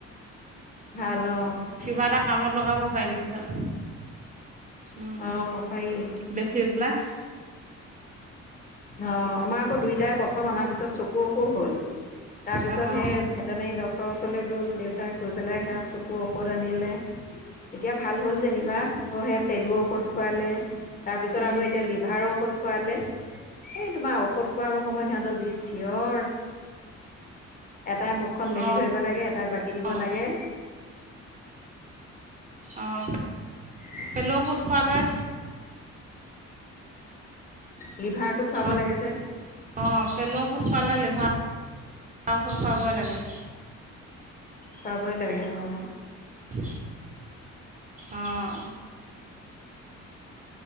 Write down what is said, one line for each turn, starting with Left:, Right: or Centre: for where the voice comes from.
Left: ভালো অঁ।
Right: কিবা এটা কামত লগাব পাৰিম পিছত। উম,
Left: অ', পাৰি।
Right: বেছিপেলাই
Left: অঁ, আমাৰ আক' দুইটাই প্ৰথম অনাৰ পিছত চক কু অসুখ হ'ল। তাৰপিছত
Right: অঁ
Left: সেই ভেটেনেৰী ডাক্তৰ ওচৰলে গ'ল। দে তাই গৈ পেলাই সেয়া চকু ঔষধ আনিলে। এতিয়া ভাল হ'ল যেনিবা আকৌ হে- পেলুৰ ঔষধ খোৱালে তাৰপিছত
Right: উম,
Left: আকৌ এতিয়া লিভাৰৰ ঔষধ খোৱালে। সেই তোমাৰ ঔষধ খোৱাবৰ সময়ত সিহঁতৰ যি চিঞৰ এটাই মুখখন মেলি
Right: অঁ
Left: ধৰিব লাগে, এটাই বাকি দিব
Right: অঁ
Left: লাগে।
Right: অঁ।
Left: উম
Right: পেলুৰ ঔষধ খোৱালে।
Left: লিভাৰটো খুৱাব
Right: অঁ
Left: লাগে যে।
Right: অঁ, পেলুৰ ঔষধ খোৱালে, লিভাৰ ঔষধ খুৱাবই লাগে।
Left: খুৱাবই লাগে অঁ।
Right: খু অঁ।